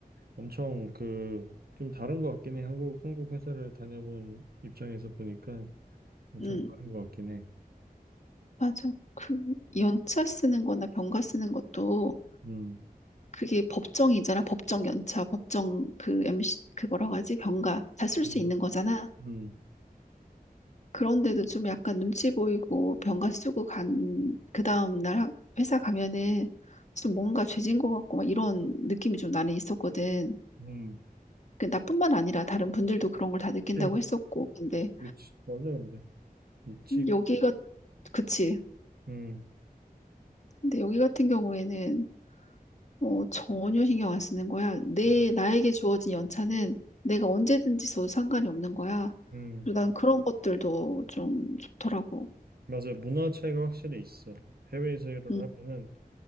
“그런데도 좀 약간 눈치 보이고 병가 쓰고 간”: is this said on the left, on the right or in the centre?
Left